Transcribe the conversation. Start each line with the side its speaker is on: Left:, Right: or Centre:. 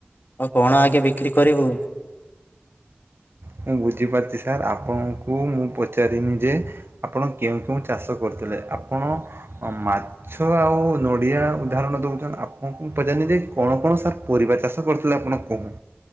Left: ଆଉ କଣ ଆଜ୍ଞା ବିକ୍ରି କରିବୁ।
Right: ମୁଁ ବୁଝିପାରୁିଛି ସାର୍ ଆପଣଙ୍କୁ ମୁଁ ପଚାରିନି ଯେ ଆପଣ କେଉଁ କେଉଁ ଚାଷ କରିଥିଲେ? ଆପଣ ମା ମାଛ ଆଉ ନଡ଼ିଆ ଉଦାହରଣ ଦଉଛନ୍ତି। ଆପଣଙ୍କୁ ମୁଁ ପଚାରିନି ଯେ କଣ କଣ ସାର୍ ପରିବା ଚାଷ କରିଥିଲେ ଆପଣ କହୁ